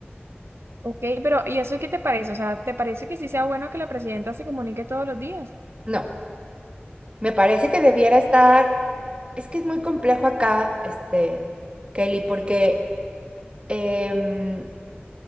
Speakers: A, on the right (about 85°); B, on the right (about 30°).
A: ok, pero ¿y eso qué te parece? O sea, ¿te parece que sí sea bueno que la presidenta se comunique todos los días?
B: no. Me parece que debiera estar, es que es muy complejo acá, este, Kelly, porque em,